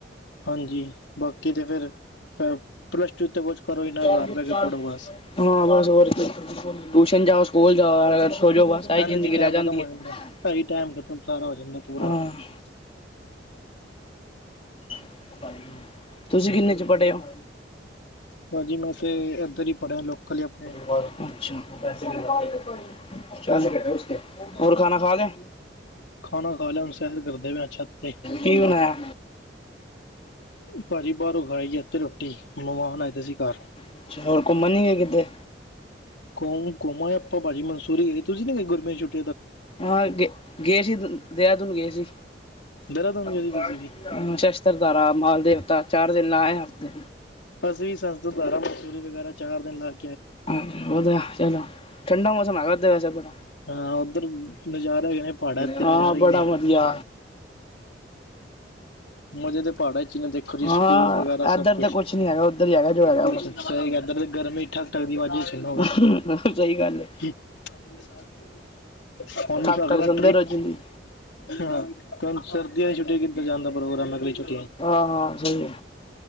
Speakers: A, on the left (about 80°); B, on the left (about 35°).
A: ਹਾਂਜੀ ਬਾਕੀ ਤੇ ਫੇਰ ਪਲੱਸ ਟੂ ਤੇ ਕੁਛ ਕਰੋ ਹੀ ਨਾ
B: <unintelligible>
A: ਘਰ ਬਹਿ ਕੇ ਪੜ੍ਹੋ ਬਸ
B: ਹਾਂ ਬਸ ਹੋਰ ਟਿਊਸ਼ਨ ਜਾ ਸਕੂਲ ਜਾ ਸੋ ਜਾੋ ਵ ਸਾਰੀ
A: ਹਾਂਜੀ
B: ਜ਼ਿੰਦਗੀ
A: ਜੀ ਟਾਈਮ
B: ਰਹਿ ਜਾਂਦੀ
A: ਖਤਮ ਹੋ
B: ਏ ।
A: ਜਾਂਦਾ ਢਾਈ ਟਾਈਮ ਖਤਮ ਸਾਰਾ ਹੋ ਜਾਂਦਾ ਪੂਰਾ
B: ਹਾਂ। <inaudible> <unintelligible> ਤੁਸੀਂ ਕਿੰਨੇ ਚ ਪੜ੍ਹੇ ਹੋ ੈ
A: ਭਾਜੀ ਮੈਂ ਤੇ ਇੱਧਰ ਹੀ ਪੜ੍ਹਿਆ ਲੋਕਲ ਆਪਣੇ
B: <unintelligible> <unintelligible> ਹੋਰ ਖਾਣਾ ਖਾ ਲਿਆ
A: ਖਾਣਾ ਖਾ ਲਿਆ ਹੁਣ ਸੈਰ ਕਰਦੇ ਪਏ ਛੱਤ ਤੇ
B: ਕੀ ਬਣਾਇਆ
A: ਪਾਜੀ ਬਾਹਾਰੋਂ ਖਾਈ ਅਜਾ ਤੇ ਰ ਟੀ ਮਹਿਮਾਨ ਆਏ ਦੇ ਸੀ ਘਰ
B: ਅੱਛਾ ਹੋਰ ਘੁੰਮਣ ਨੀ ਗਏ ਕਿਤੇ
A: ਕੋ ਕੋਮਾਂ ਆਪਾਂ ਭਾਜੀ ਮਨਸੂਰੀ ਗਈ ਤੁਸੀਂ ਨੀ ਗੇ ਗੁਰਮੇ ਛੁੱਟੀ
B: ਹਾਂ ਗ ਗਏ ਸੀ ਦੇਰਾਂਦੂਨ ਗਏ ਸੀ
A: ਦੇਹਰਾਦੂਨ
B: ਹ
A: ਗਏ ਸੀ ਤੁਸੀਂ ਵੀ
B: ਸ਼ਸਤਰਦਾਰਾ ਮਾਲ ਦੇਵਤਾ ਚਾਰ ਦਿਨ ਲਾਏ ੳਦੇ
A: ਅਸੀ ਵੀ ਸਸਤਰਧਾਰਾ ਮਸੂਰੀ ਵਗੈਰਾ ਚਾਰ ਦਿਨ ਲੱਗ
B: ਹਾਂਜੀ ਵਧਆ ਚਲੋ ਠੰਡਾ ਮੌਸਮ ਹੈਗਾ ਵੈਸੇ ਬੜਾ
A: ਹਾਂ ਉੱਧਰ ਨਜ਼ਾਰਾ ਹੈਗੇ ਨੇ ਪਹਾੜਾਂ ਤੇ
B: ਹਾਂ
A: ਨਜ਼ਾਰੇ ਹੀ
B: ਬੜਾ
A: ਨੇ
B: ਵਧੀਆ
A: ਮਜ਼ੇ ਦੇ ਪਹਾੜਾਂ ਜਿਵੇੰ ਦੇਖੋ ਜੀ
B: ਹਾਂ
A: ਸਕੂਲ ਵਗੈਰਾ
B: ਇੱਧਰ
A: ਸਭ ਕੁਛ
B: ਤਾਂ ਨੀ ਹੈਗਾ ਉੱਧਰ ਹੀ ਹੈਗਾ ਜੋ ਹੈਗਾ
A: ਕੁਛ
B: ਬਸ
A: ਸਹੀ ਇਧਰ ਗਰਮੀ ਠੱਕ ਠਕਦੀ <unintelligible>
B: ਸਹੀ ਗੱਲ ਹੈ
A: ਹੁਣ
B: ਥੱਕ
A: ਅਗਲਾ
B: ਥੱਕ ਸੁਣਦੇ
A: ਟ੍ਰਿਪ
B: ਰੋਜ਼ ਦੀ
A: ਹ ਸਰਦੀਆਂ ਦੀ ਛੂਟੀਐ ਕੀਤਾ ਜਾਣ ਦਾ ਪ੍ਰੋਗਮ ਅਗ ਛੁਟੀ
B: ਆਹ ਹ ਸਹੀ ਆ